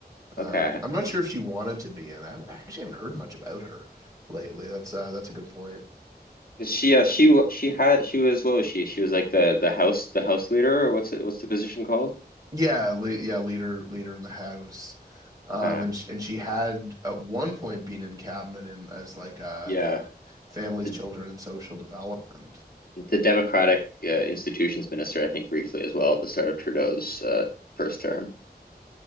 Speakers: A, on the right; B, on the left.
A: Um,
B: Okay.
A: I'm not sure if she wanted to be, in. I haven't- I actually haven't heard much about her lately. That's uh, that's a good point.
B: Is she uh she she had she was what was she? She was like the the house the house leader or what's it what's the position called?
A: Yeah, le yeah, leader leader in the house. Um
B: Okay.
A: and she, and she had at one point been in cabinet in as like uh
B: Yeah.
A: families,
B: The
A: children and social development.
B: the Democratic uh, Institutions Minister, I think briefly as well at the start of Trudeau's uh first term.